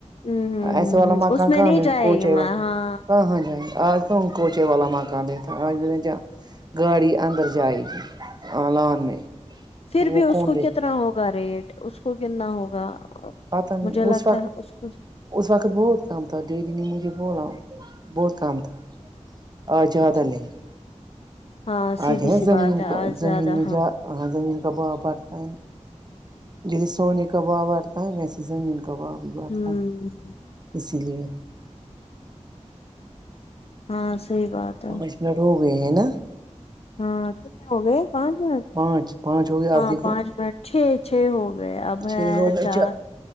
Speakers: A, on the left; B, on the right.
A: ہوں ہوں
B: ایسے
A: ہوں
B: والا
A: ہوں
B: مکان
A: اس میں
B: کہاں
A: نہیں
B: مل
A: جائے
B: کوچ
A: گی
B: ہے
A: میں
B: وہ
A: ہاں
B: کہاں جائے آج تو ہم کوچے والا مکان لیتا آج لے ج گاڑی اندر جائے گی لان میں
A: پھر
B: وہ
A: بھی اس
B: کون
A: کو
B: دے
A: کتنا ہوگا ریٹ اس کو کتنا ہوگا
B: پتہ نہیں
A: مجھے لگتا
B: وقت
A: ہے اس کو
B: اس وقت بہت کام تھا دیدی نے مجھے بولا بہت کام تھا آج زیادہ
A: اچھا
B: لیں گے
A: ہاں سیدھی
B: آج ہے
A: سی
B: زمین
A: بات ہے آج
B: کا
A: زیادہ
B: زمین میں جا ہاں زمین کا بھاؤ بڑھتا ہے نہ جیسے سونے کا بھاؤ بڑھتا ہے ویسے زمین کا بھاؤ بھی بڑھتا
A: ہوں
B: ہے اسی لیے
A: ہاں صحیح بات
B: پانچ
A: ہے
B: منٹ ہو گئے ہیں نا
A: ہاں کتنے ہو گئے پانچ منٹ
B: پانچ پانچ ہو گئے
A: ہاں
B: آپ دیکھو
A: پانچ منٹ چھ چھ ہو گئے اب
B: چھ
A: ہے
B: ہو گئے
A: چار